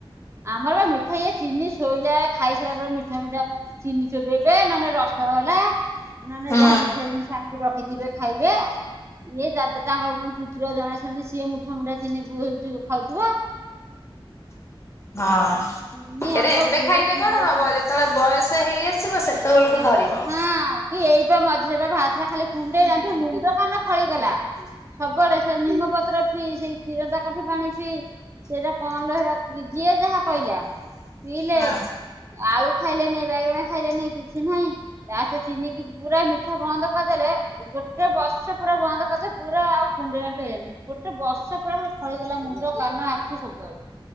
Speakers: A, on the right; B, on the left.
A: ଆମର ବା ମିଠା ଇଏ ଚିନି ଶୋଇଲା ଖାଇସାରିଲା ପରେ ମିଠା ମିଠା ଚିନି ଚୋବେଇବେ ନହେଲେ ରସ ଗଲା ନହେଲେ
B: ହୁଁ
A: ଯାହା ମିଠା ଜିନିଷ ଆଣିକି ରଖ୍ ସିଏ ଯାବେ ଖାଇବେ ଇଏ ତାଙ୍କର ପୁତୁର ଜଣେ ସେମିତି ସିଏ ମୁଠା ମୁଠା ଚିହ୍ନି ପୁଅ ଯୋଉ ଖାଉଥିବ।
B: ହଁ
A: ଚିନି
B: ଏରେ
A: ଆମର
B: ଏବେ
A: କିଲୋ
B: ଖାଇଲେ
A: କିଲୋ
B: କଣ ହବ?
A: ଚିନି
B: ତଳେ ବୟସ ହେଇ ଆସିବ ସେତେବେଳକୁ ଧରିବ।
A: ହଁ କି ଏଇବେ ମଝିରେ ଭାରିଥିଲା ଖାଲି କୁଣ୍ଡେଇ ମୁଣ୍ଡ କାନ ଫଳିଗଲା। ସବୁବେଳେ ସେ ନିମ ପତ୍ର ପିଇ ସେଇ ଚରଦା କଠି ପାଣି ପିଇ। ସେଟା କଣଲୋ ହେରା ଯିଏ ଯାହା କହିଲା ପଇଲେ।
B: ହଁ
A: ଆଳୁ ଖାଇଲେ ନାଇଁ ବାଇଗଣ ଖାଇଲେ ନାଇଁ କିଛି ନାହିଁ। ନାଁ ଚିନିକି ପୁରା ମିଠା ବନ୍ଦ କରିଦେଲେ। ଗୋଟେ ବର୍ଷ ପୁରା ବନ୍ଦ କରିଦେ ପୁରା ଆଉ କୁଣ୍ଡିରେ ଫେଲେନି। ଗୋଟେ ବର୍ଷ ପୁରା ହରେ ଫଳିଗଲା ମୁଣ୍ଡ କାନ ଆଖି ସବୁଆଡୁ।